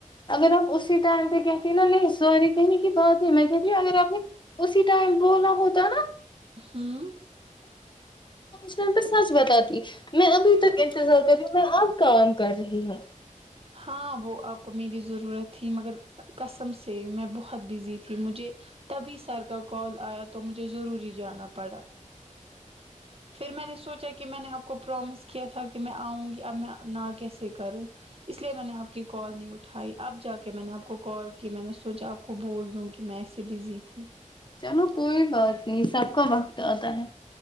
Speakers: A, on the left; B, on the right.
A: اگر آپ اسی ٹائم پہ کہتے ہیں نا نہیں سوری کہنے کی بات ہے میں کہتی ہوں اگر آپ نے اسی ٹائم بولا ہوتا ہے نا
B: ہاں
A: ٹم پہ سچ بتاتی میں ابھی تک انتظار کر رہی ہوں میں اب کام کر رہی ہوں
B: ہاں وہ آپ کو میری ضرورت تھی مگر کسم سے میں بہت بزی تھی مجھے تبھی سر کا کال آیا تو مجھے ضروری جانا پڑا پھر میں نے سوچا کہ میں نے کو پرومس کیا تھا کہ میں آؤں گی اب میں نہ کیسے کروں اس لیے میں نے آپ کی کال نہیں اٹھائی اب جا کے میں نے آپ کو کال کی میں نے سوچا آپ کو بول دوں کہ میں ایسے بزی تھی
A: چلو کوئی بات نہیں سب کا وقت آتا ہے